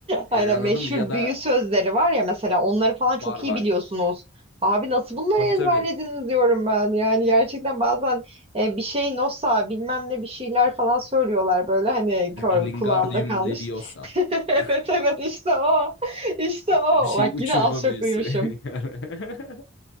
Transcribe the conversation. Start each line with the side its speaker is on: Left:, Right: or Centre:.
Right: Aynen
Left: Yani anladın
Right: meşhur
Left: mı? Ya da
Right: büyü sözleri var ya mesela onları falan çok
Left: var var.
Right: iyi biliyorsunuz. Abi nasıl bunları
Left: Tabii
Right: ezberlediniz
Left: tabii.
Right: diyorum ben. Yani gerçekten bazen e, bir şey nosa bilmem ne bir şeyler falan söylüyorlar böyle hani kö-
Left: Lingardium
Right: kulağımda kalmış.
Left: Leviosa.
Right: <laughs> Evet
Left: <laughs>
Right: evet işte o. İşte o.
Left: Bir şey
Right: Bak
Left: uçurma
Right: yine az çok
Left: büyüsü.
Right: duymuşum.
Left: <laughs>